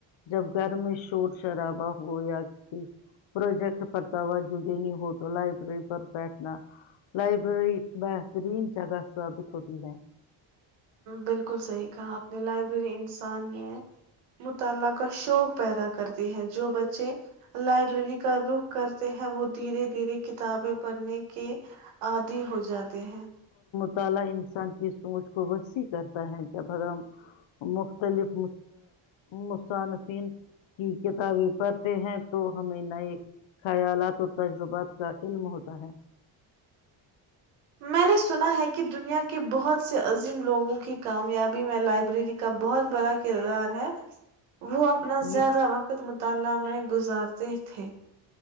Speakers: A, on the left (about 65°); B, on the right (about 85°).
A: جب گھر میں شور شرابہ ہو یا کسی پروجیکٹ پر توجہ دینی ہو تو لائبریری پر بیٹھنا لائبریری بہترین جگہ ثابت ہوتی ہے <inaudible>
B: بالکل صحیح <inaudible> کہاں اپنے لائبریری انسان <inaudible> مطالعہ کا شوق پیدا کرتی ہے جو بچے لائبریری کا رخ کرتے ہیں وہ دھیرے دھیرے کتابیں پڑھنے کے عادی ہو جاتے <inaudible> ت ہیں <inaudible>
A: تعالیا انسان کی سوچ کو وسیع کرتا ہے <inaudible> ر مختلف مصانفین کی کتابیں پڑھتے ہیں تو ہمیں نئے خیالات اور تجربات کا علم ہوتا ہے <inaudible>
B: میں نے سنا ہے کہ دنیا کے بہت سے عظیم لوگوں کی کامیابی میں لائبریری کا بہت بڑا کردار ہے وہ اپنا زیادہ
A: یہ
B: وقت مطالعہ میں گزارتے تھے